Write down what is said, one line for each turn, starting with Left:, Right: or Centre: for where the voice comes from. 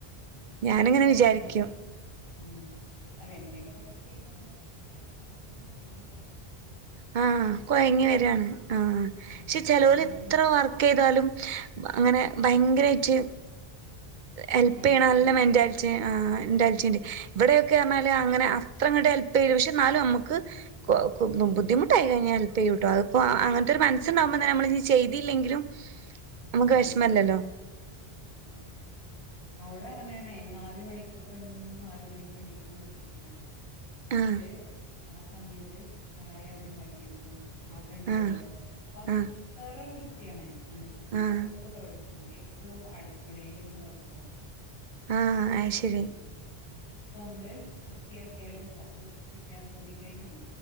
Left: ചിലരുണ്ട്
Right: ഞാനിങ്ങനെ വിചാരിക്കും
Left: അങ്ങനെ ഉം അല്ല എന്തെങ്കിലുമൊക്കെ ചെയ്തന്നാ പിന്നെഓലെ പറയാനുമില്ല ഓല് ഇങ്ങനെ വർ
Right: ഹ് കൊയങ്ങി വരാണ് ആഹ് പക്ഷെ
Left: വീട്ടില്
Right: ചെലൊര്
Left: വരുമ്പോ
Right: എത്ര വർക്ക് ചെയ്താലും അങ്ങനെ ഭയങ്കരമായിട്ട് ഹെൽപ്പ്
Left: ഹെൽപ്
Right: ചെയ്യണല്ലാ
Left: ചെയ്യണോല്ലോ
Right: മെന്റാലിറ്റി ആ <unintelligible> ച്ചിണ്ട് ഇവിടെയൊക്കെ പറഞ്ഞാൽ അങ്ങനെ അ അത്രങ്ങട്ട് ഹെൽപ് ചെയ്യൂല പക്ഷെ എന്നാലും നമുക്ക് <unintelligible> ബുധമുട്ടായി കഴിഞ്ഞാൽ ഹെല്പ് ചെയ്യുട്ടോ അപ്പോ അങ്ങനത്തെ ഒരു
Left: ഉം
Right: മനസ്സുണ്ടാവുതന്നെ നമ്മള് ചെയ്തില്ലെങ്കിലും നമുക്ക്
Left: ആഹ്
Right: വിഷമല്ലല്ലോ
Left: അതെ അവിടെ അങ്ങനെയണെ നാല് മണിക്കു ഇപ്പെന്നും നാല് മണിക്ക് എണീക്കും നിസ്കരിക്കാന് എന്നിട്ട്
Right: ആഹ്
Left: ആ സമയത്ത് ചായ അവിടെ ഉണ്ടാക്കി വെക്കും ആകണ്ടല്ലോ
Right: ആഹ്
Left: ഉപ്പാക്ക്
Right: ആഹ്
Left: വേറെരു പ്ര <unintelligible> എന്താ
Right: ആഹ്
Left: അകൊക്കെ തുടച്ചിടും എപ്പളും അടുക്കളെയിലൊരു പോണം
Right: ആഹ് അത്
Left: അതെ
Right: ശരി
Left: ആഹ് ആഹ് അതൊക്കമ്മള് വൃത്തിയാക്ക്യാലും ഇപ്പാക്ക് വൃത്തില്ലാന്ന് തോന്നിക്കഴിഞ്ഞാ